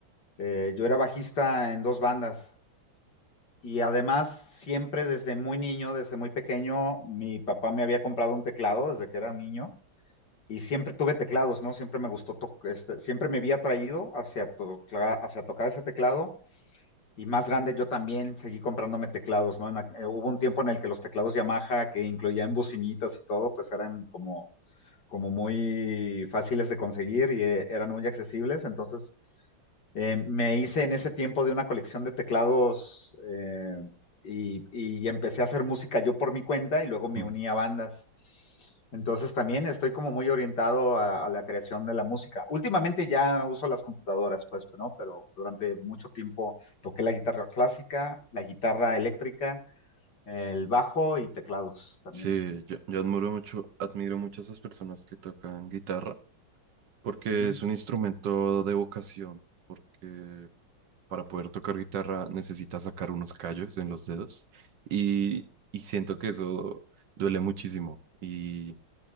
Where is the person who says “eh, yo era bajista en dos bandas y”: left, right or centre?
Left